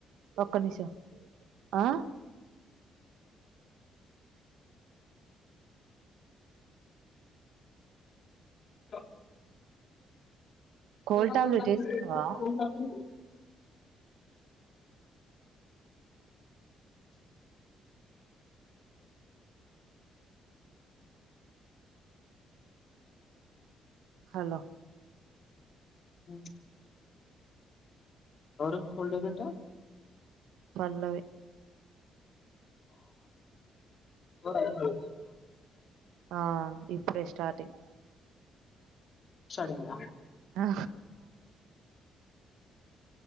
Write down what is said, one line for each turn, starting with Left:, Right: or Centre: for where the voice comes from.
Right: పక్క నిషో ఆ
Left: త <inaudible>
Right: కోల్డ్ టాబ్లెట్ వేసుకున్నావా హలో
Left: ఓ ఔరు కోల్డ్ బెటా
Right: పల్లవి
Left: కోరగను
Right: ఆ ఇప్పుడే స్టార్టింగ్
Left: సరిమ
Right: ఆ